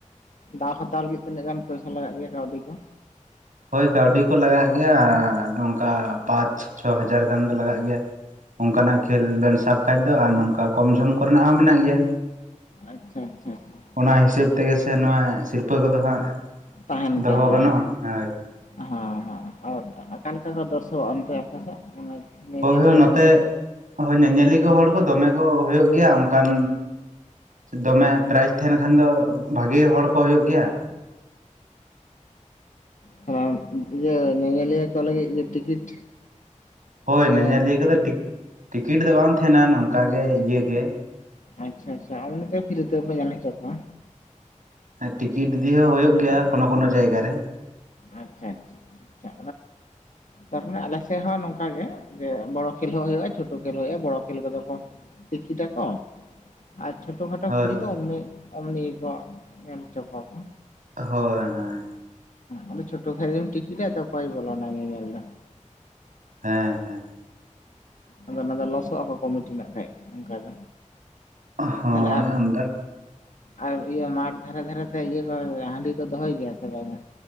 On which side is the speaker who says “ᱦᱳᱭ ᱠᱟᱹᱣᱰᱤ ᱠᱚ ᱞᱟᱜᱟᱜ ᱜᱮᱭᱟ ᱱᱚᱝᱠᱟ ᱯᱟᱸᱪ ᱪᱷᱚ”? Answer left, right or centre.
Right